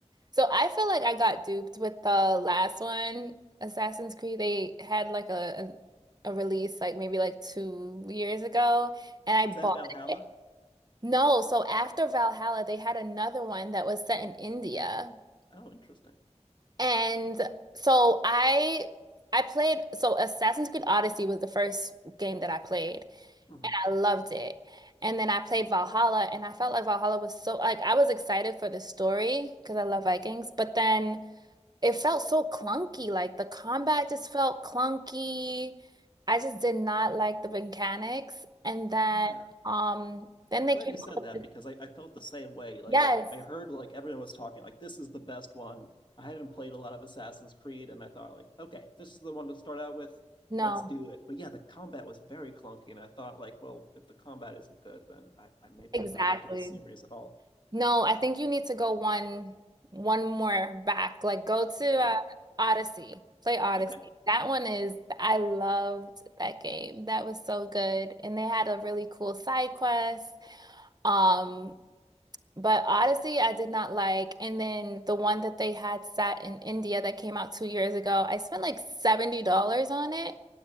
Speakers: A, on the right; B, on the left.
A: So I feel like I got duped with the last one, Assassin's Creed. They had like a a, a release like maybe like two years ago, and I
B: that
A: bought
B: Valhalla?
A: it. No, so after Valhalla, they had another one that was set in India.
B: Oh, interesting.
A: And so I I played so Assassin's Creed Odyssey was the first game that I played
B: Mm-hmm.
A: and I loved it. And then I played Valhalla and I felt like Valhalla was so like I was excited for the story because I love Vikings, but then it felt so clunky. Like the combat just felt clunky. I just did not like the mechanics. And then
B: Yeah.
A: um then
B: I'm
A: they
B: glad
A: came
B: you said
A: up
B: that
A: with
B: because
A: this,
B: I, I felt the same way. Like
A: yes.
B: I, I heard like everyone was talking like this is the best one. I hadn't played a lot of Assassin's Creed and I thought like, okay, this is the one to start out with.
A: No,
B: Let's do it. But yeah, the combat was very clunky and I thought like, well, if the combat isn't good, then I, I maybe
A: exactly.
B: I'm not into this series at all.
A: No, I think you need to go one one more back. Like go to
B: Yeah.
A: uh, Odyssey. Play Odyssey.
B: Okay.
A: That one is I loved that game. That was so good. And they had a really cool side quest. Um, but Odyssey I did not like. And then the one that they had set in India that came out two years ago, I spent like $70 on it.